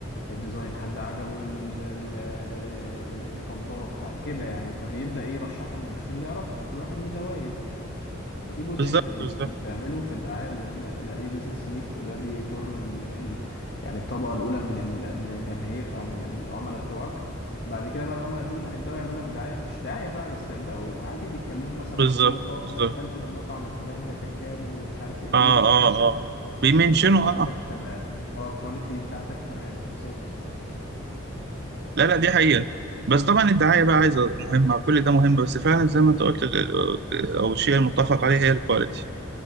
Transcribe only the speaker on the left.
الديزاين حد عجبه ال- ال- آه، آه، آه، الطباخ كده يعني فبيبدا ايه يرشحه للناس اللي يعرفهم وكل واحد ليه دواير ففي جزء
انت بت-
بتعمله في الدعايه ل- ل- لاي بيزنس ليك وده بيجر ال... ال... يعني الطبقه الاولى من ال... من الجماهير او من العملاء بتوعك بعد كده بقى العملاء دول هيبداوا يعملوا لك دعايه مش دعايه بقى بس هيبداوا عادي بيتكلموا مثلا
مع زي لك اه
ده انا اكلت من المطعم الفلاني ده كان جامد ومش عارف ايه ليه
عشان
انت
الاسس بتاعتك
تمام اه الكواليتي بتاعتك تمام بالظبط